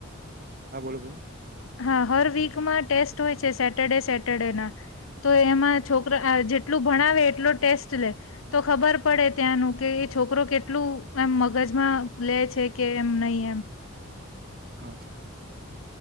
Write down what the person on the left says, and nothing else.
હા હર વીકમાં ટેસ્ટ હોય છે સેટરડે સેટરડેના તો એમાં છોકરા આ જેટલું ભણાવે એટલો ટેસ્ટ લે તો ખબર પડે ત્યાંનું કે છોકરો કેટલું એમ મગજમાં લે છે કે એમ નહી એમ.